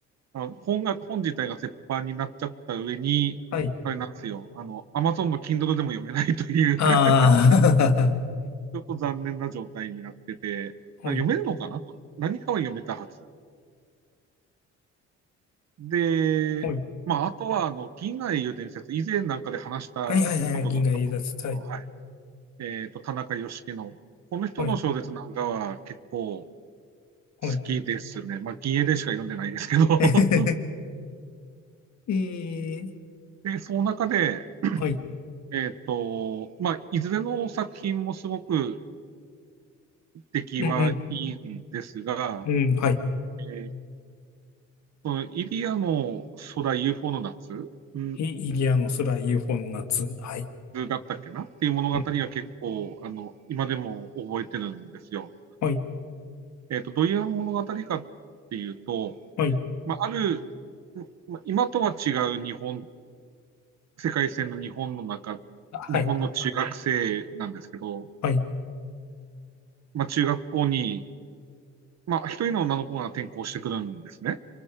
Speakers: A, on the right (about 60°); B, on the left (about 65°).
A: あの本が、本自体が絶版になっちゃった上に、
B: はい。
A: あれなんですよ、あの、Amazon の Kindle でも読めないという
B: あ
A: <laughs> ちょっと残念な状態になってて、
B: あ、
A: あ、
B: <laughs> はい、
A: 読めるのかなと。何かは読めたはず。で、
B: はい。
A: まあ、あとは、あの、銀河英雄伝説、以前なんかで話したことがあったと思うんですけど、
B: はいはいはいはい、銀河英奪隊。
A: はい。えっと、田中義樹の、この人の小説なんかは結構好
B: はい、はい。
A: きですね。まあ、銀英でしか読んでないですけど <laughs>
B: <laughs> ええ
A: で、その中で、
B: はい。
A: えっ、と、まあ、いずれの作品もすごく出来はいいんですが、
B: うんうん、うん、はい。
A: えーそのイリアの空 UFO の夏、うん
B: イイリアの空、UFO の夏。はい。
A: だったっけなっていう物語が結構、
B: うん、
A: あの、今でも覚えてるんですよ。
B: はい、
A: えっ、と、どういう物語かっていうと、
B: はい。
A: まあ、ある、ま今とは違う日本、世界線の日本の中、
B: はい、
A: 日本の中学生なんですけど、
B: はい。
A: まあ、中学校に、まあ、一人の女の子が転校してくるんですね。